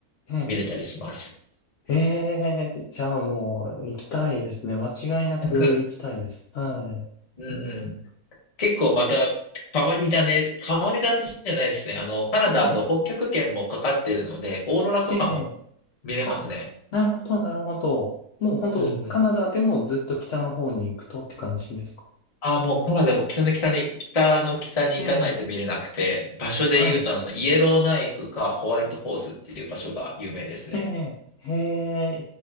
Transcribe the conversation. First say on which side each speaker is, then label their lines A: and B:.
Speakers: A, on the left; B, on the left.
A: え
B: 見れたりします。
A: えええじゃあもう行きたいですね。間違いなく行きたいです。
B: <laughs>
A: はい。
B: うんうん結構また変わり種、変わり種じゃないですね。あの、カナダあと北極圏もかかってるので、
A: はい。
B: オーロラとかも
A: ええ。
B: 見れますね。
A: あ、なるほど、なるほど。もう本当、
B: うんうん。
A: カナダでもずっと北の方に行くとって感じですか
B: ああ、もうカナダも北の北に、北の北に行かないと見れなくて、
A: ええ。
B: 場所で言うとあの、
A: はい。
B: イエローナイフかホワイトホースっていう場所が有名ですね。
A: ええ。へえ、